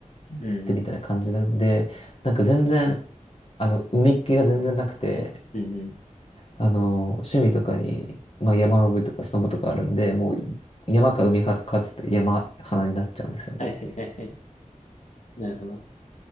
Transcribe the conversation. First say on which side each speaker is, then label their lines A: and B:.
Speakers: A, on the left (about 70°); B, on the left (about 50°).
A: うん。
B: やってみたいな感じなんで、
A: うん。
B: なんか全然、あの、海っ気が全然なくて、
A: うん。うん
B: あの、趣味とかに、まあ山登りとかスノボとかあるんで、もう山か海派かっつって山派になっちゃうんですよね。
A: はいはいはいはい。なるほど。